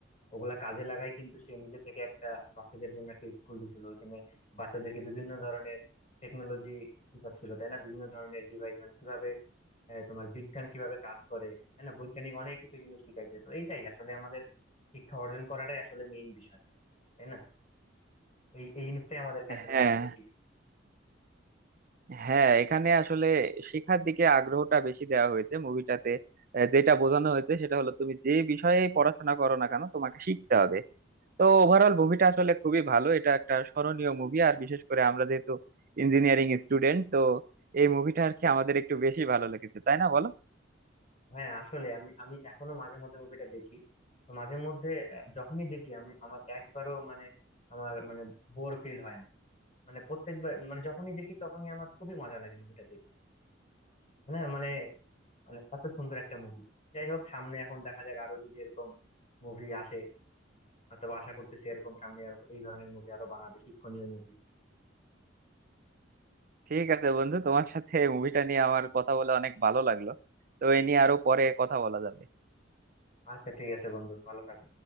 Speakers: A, on the left; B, on the right.
A: ওগুলা কাজে লাগাই কিন্তু সে নিজে থেকে একটা বাচ্চাদের জন্য একটা স্কুল দিছিল ওখানে বাচ্চাদেরকে বিভিন্ন ধরনের টেকনোলজি ছিল তাই না বিভিন্ন ধরনের ডিভাইস মানে কিভাবে আহ, তোমার বিজ্ঞান কিভাবে কাজ করে তাই না বৈজ্ঞানিক অনেক কিছু জিনিস শিখাইছে তো এইটাই আসলে আমাদের শিক্ষা অর্জন করাটাই আসলে মেইন বিষয় তাই না এই এই জিনিসটাই আমাদেরকে আসলে
B: হ্যাঁ
A: মুভিটাতে শিখেছে
B: হ্যাঁ এখানে আসলে শেখার দিকে আগ্রহটা বেশি দেওয়া হয়েছে মুভিটাতে যেটা বোঝানো হয়েছে সেটা হলো তুমি যে বিষয়ে পড়াশোনা করো না কেন তোমাকে শিখতে হবে তো ওভারঅল মুভিটা আসলে খুবই ভালো এটা একটা স্মরণীয় মুভি আর বিশেষ করে আমরা যেহেতু ইঞ্জিনিয়ারিং স্টুডেন্ট তো এই মুভিটা আর কি আমাদের একটু বেশি ভালো লেগেছে তাই না বলো
A: হ্যাঁ আসলে আমি আমি এখনো মাঝে মধ্যে মুভিটা দেখি তো মাঝে মধ্যে আহ, যখনই দেখি আমি আমার একবারও মানে আমার মানে বোর ফিল হয় না মানে প্রত্যেকবার মানে যখনই দেখি তখনই আমার খুবই মজা লাগে মুভিটা দেখতে হ্যাঁ মানে মানে এত সুন্দর একটা মুভি যাই হোক সামনে এখন দেখা যাক আরো যদি এরকম মুভি আসে হয়তো আশা করতেছি এরকম সামনে আরো এই ধরনের মুভি আরো বানাবে শিক্ষণীয় মুভি
B: ঠিক আছে বন্ধু তোমার সাথে এই মুভিটা নিয়ে আমার কথা বলে অনেক ভালো লাগলো তো এই নিয়ে আরো পরে কথা বলা যাবে
A: আচ্ছা ঠিক আছে বন্ধু ভালো থাকো